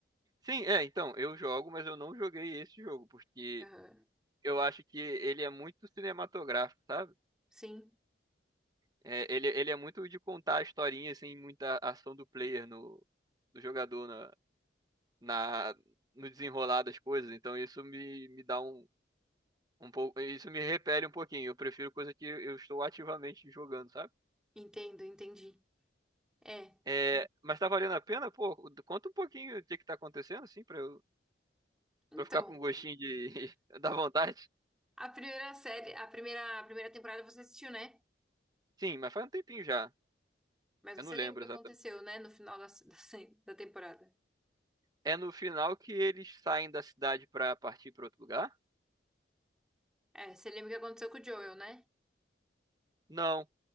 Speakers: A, on the right; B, in the centre.
A: Sim, é, então, eu jogo, mas eu não joguei esse jogo, porque
B: Aham.
A: eu acho que ele é muito cinematográfico, sabe?
B: Sim.
A: É, ele, ele é muito de contar a historinha, assim, muita ação do player no, do jogador na, na, no desenrolar das coisas. Então isso me, me dá um, um pouco. Isso me repele um pouquinho. Eu prefiro coisa que eu estou ativamente jogando, sabe?
B: Entendo, entendi. É.
A: É, mas tá valendo a pena? Pô, conta um pouquinho o que que tá acontecendo, assim, pra eu,
B: Então,
A: pra eu ficar com gostinho de, <laughs> da vontade.
B: a primeira série, a primeira, a primeira temporada você assistiu, né?
A: Sim, mas faz um tempinho já.
B: Mas você
A: Eu não lembro
B: lembra o que
A: exatamente.
B: aconteceu, né? No final da, <laughs> da, sé- da temporada.
A: É no final que eles saem da cidade pra partir pra outro lugar?
B: É, você lembra o que aconteceu com o Joel, né?
A: Não.